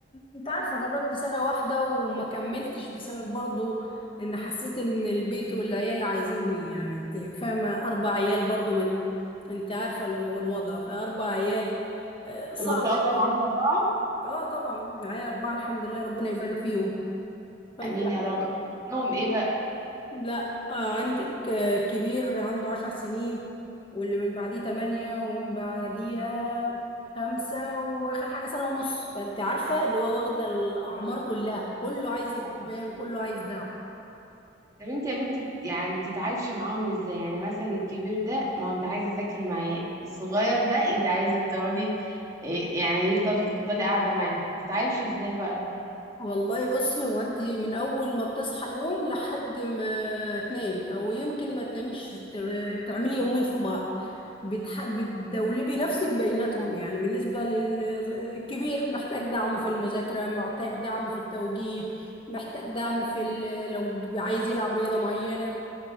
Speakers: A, on the left (about 25°); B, on the right (about 20°).
A: انت عارفه جربت سنه واحده وما كملتش بسبب برضو ان حسيت ان البيت والعيال عايزيني يعني انت فاهمه اربع عيال برضو من انت عارفه الو- الوضع فاربع عيال آه، صعب
B: ما شاء الله
A: قوي
B: معاكي اربعه
A: اه طبعا معايا اربعه الحمد لله ربنا يبارك فيهم فانت
B: امين يا رب لهم ايه بقى
A: لا آه عندك آه كبير عنده عشر سنين واللي من بعديه تمانية ومن بعديها خمسة وآخر حاجة سنة ونص فأنت عارفة اللي هو واخدة الأعمار كلها كله عايز اهتمام
B: طب
A: كله عايز دعم
B: انت يا بنتي بت- يعني بتتعايشي معاهم ازاي يعني مثلا الكبير ده ما هو انت عايزه تذاكري معاه الصغير ده انت عايزه تقعدي إيه، يعني يفضل تفضلي قاعده معاه بتتعايشي ازاي بقى
A: والله بصي هو انت من اول ما بتصحى اليوم لحد ما تنامي او يمكن ما تناميش ت- تعملي يومين في بعض بتح... بتدولبي نفسك بيناتهم يعني بالنسبة للكبير محتاج دعم في المذاكرة محتاج دعم في التوجيه محتاج دعم في ال... لو عايز يلعب رياضة معينة